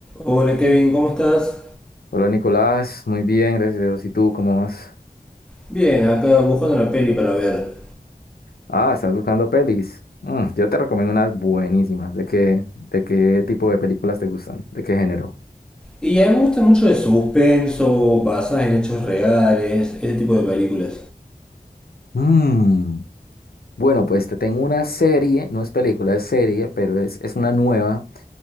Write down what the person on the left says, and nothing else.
Hola Nicolás, muy bien, gracias a Dios. ¿Y tú cómo vas?
Ah, estás buscando pelis. Mm, yo te recomiendo unas buenísimas. ¿De qué, de qué tipo de películas te gustan? ¿De qué género?
Mm, Bueno, pues te tengo una serie, no es película, es serie, pero es, es una nueva.